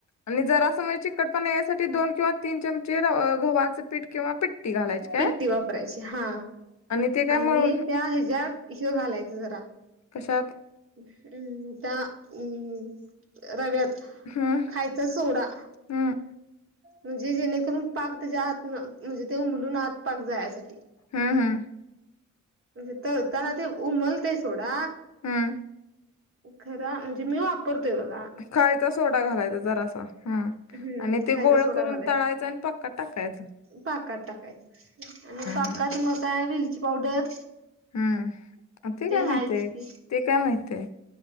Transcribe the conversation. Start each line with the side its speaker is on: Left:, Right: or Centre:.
Left: आणि जरास म्हणजे चीकटपणा यायसाठी दोन किंवा तीन चमचे गव्हाचें पीठ किंवा पिट्टी घालायची काय
Right: पिट्टी वापरायची हा
Left: आणि ते काय
Right: आणि
Left: मळून
Right: त्या ह्याच्यात ह्य घालायच जरा
Left: कशाात
Right: हम्म त्या हम्म रव्यात
Left: हम्म
Right: खायच सोडा
Left: हम्म
Right: म्हणजे जेणेकरून पाक त्याच्या आत म्हणजे ते उमलून आत पाक जाण्यासाठी
Left: हम्म हम्म
Right: म्हणजे तळताने ते उमलतय सोडा
Left: हम्म
Right: खर म्हणजे मी वापरतोय बघा
Left: खायचा सोडा घालायचा जरासा हम्म
Right: हम्म
Left: आणि ते
Right: खायचा
Left: गोळ
Right: सोडा
Left: करून
Right: घालायचा
Left: तळायचं आणि पाकात टाकायचा
Right: पाकात टाकायचा आणि पाकात
Left: हम्म
Right: मग काय विलची पावडर
Left: हम्म ते काय माहितीय
Right: हायच
Left: आहे
Right: की
Left: ते काय माहितीय